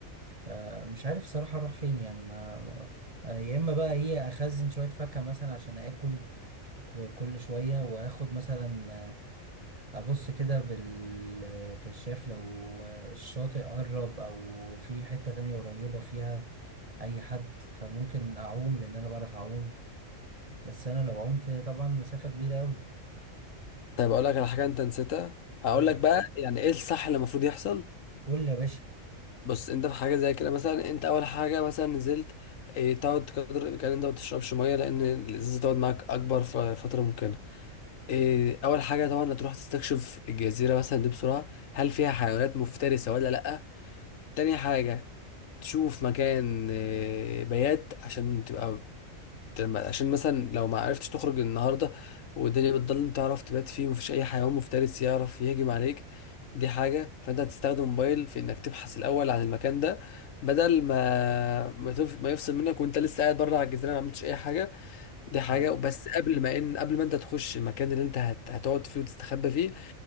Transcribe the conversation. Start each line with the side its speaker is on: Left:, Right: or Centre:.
Right: فمش عارف صراحة اروح فين يعني ما ما- آه، يا اما بقى ايه اخزن شوية فاكهة مثلا عشان اكل ك- كل شوية وآخد مثلا آه، أبص كده بالكشاف لو آه، الشاطئ قرب أو في حتة تانية قريبة فيها أي حد فممكن أعوم لأن أنا بعرف أعوم بس أنا لو عمت طبعا مسافة كبيرة أوي
Left: طيب اقول لك على حاجه انت نسيتها هقول
Right: قول
Left: لك
Right: لي
Left: بقى يعني ايه الصح اللي المفروض يحصل
Right: قول لي يا باشا
Left: بص انت في حاجه زي كده مثلا انت اول حاجه مثلا نزلت إيه تقعد قدر الامكان انت ما تشربش ميه لان الازازه تقعد معاك اكبر ف- فتره ممكنه إيه اول حاجه طبعا هتروح تستكشف الجزيره مثلا دي بسرعه هل فيها حيوانات مفترسه ولا لا تاني حاجه تشوف مكان آه، بيات عشان تبقى تم- عشان مثلا لو ما عرفتش تخرج النهارده والدنيا بتضلم تعرف تبات فيه ومفيش اي حيوان مفترس يعرف يهجم عليك دي حاجة فانت هتستخدم موبايل في انك تبحث الاول عن المكان ده بدل ما ما, تف... ما يفصل منك وانت لسه قاعد بره على الجزيرة ما عملتش اي حاجة دي حاجة
Right: اه
Left: بس قبل ما ان قبل ما انت تخش المكان اللي انت هت... هتقعد فيه وتستخبى فيه